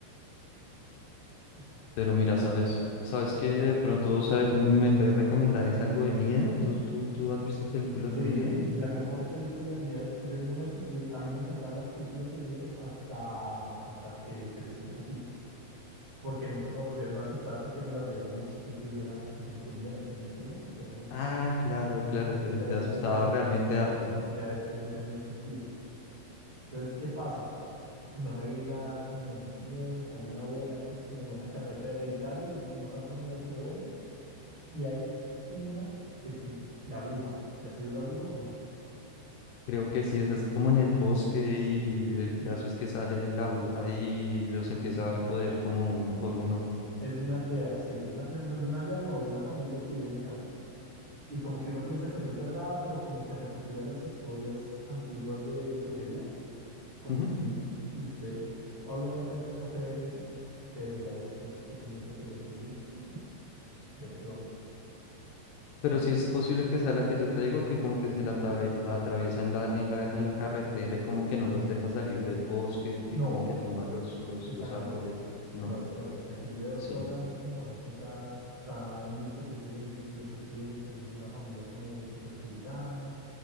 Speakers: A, on the right; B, on the left.
A: vea, busca-
B: pero mira, sabes, sabes que de pronto sabe- me puedes recomendar es algo de miedo, ¿tú, tú, tú has visto películas
A: Sí,
B: de miedo?
A: la mejor película de miedo. Yo no me, asus- yo, a mí me encantaban las películas de miedo hasta, hasta que crecí un poquito. porque nunca me volvieron a asustar porque me las veía muy chiquito y era mucho miedo, ¿se me entiende? Porque era muy chiquito.
B: Ah, claro, claro,
A: Entonces
B: te,
A: ya
B: te
A: después
B: asustaba
A: ya no,
B: realmente harto.
A: ya después no tenían sentido. Entonces, ¿qué pasa? No me vi nada como de mucho miedo. Hay una buena que es como buena carreta hereditaria, no, no tanto miedo, pero buena. Y hay una que sí, la bruja. ¿Ya se vio la bruja o no?
B: Creo que sí, estás como en el bosque y el
A: Sí.
B: caso es que sale la bruja y los empieza a joder como uno por uno.
A: Es de una aldea, sí, es de una, no, no, de una aldea, no, de una familia que vive en el campo. Y como que uno piensa que no es verdad, pero como que recopila las historias antiguas de brujería. como
B: Ujú.
A: si, y usted obviamente antes no cree en eso, pero ya después usted comienza a creer, dice, "Mm, de pronto,
B: Pero
A: ¿sí ve?
B: sí es posible que sea la que yo te digo, que como que se la atable- la atraviesa en la, en la, en la carretera y como que no los deja salir del bosque, que
A: No,
B: como que tumba los, los,
A: esa
B: los
A: no
B: árboles.
A: es,
B: No,
A: no, esa no es. La que yo le estoy
B: sí, no.
A: hablando es como, de cuenta, está en mil setecientos, mil ochocientos, es una familia como súper puritana,